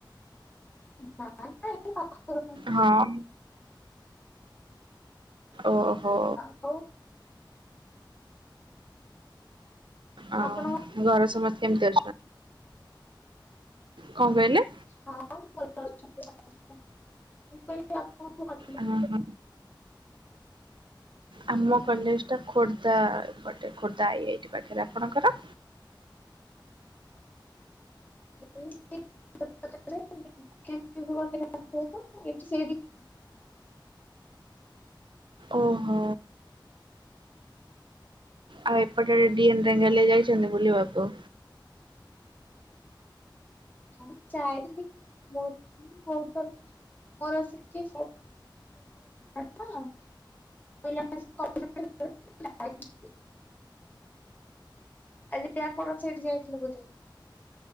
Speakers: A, on the left; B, on the right.
A: <unintelligible>
B: ହଁ। ଓହୋ।
A: ଆଉ
B: ଆଉ
A: ଆପଣ
B: ଘର ସମସ୍ତେ କେମିତି ଅଛନ୍ତି? କଣ କହିଲେ?
A: ହଁ ଭଲ ଅଛନ୍ତି ସ <unintelligible> ମସ୍ତେ ମୁଁ କହିଲି ଆପଣ
B: ହଁ ହଁ। ଆମ କଲେଜ ଟା ଖୋର୍ଦ୍ଧାପଟେ ଖୋର୍ଦ୍ଧା ଏଇଟି ପାଖରେ ଆପଣଙ୍କର?
A: <unintelligible>
B: ଓହୋ। ଆଉ ଏପଟେ ଡିଏନ୍ ଢେଙ୍ଗାଲିଆ ଯାଇଛନ୍ତି ବୁଲିିବାବୁ?
A: ହଁ ମୁଁ ଯାଇଥିଲି ବହୁତ ବହୁତ ଥର। ମୋର ସେଠି <unintelligible> <unintelligible> ଆଜି ଆପଣ ସେଇଠି ଯାଇଥିଲେ ବୋଧେ?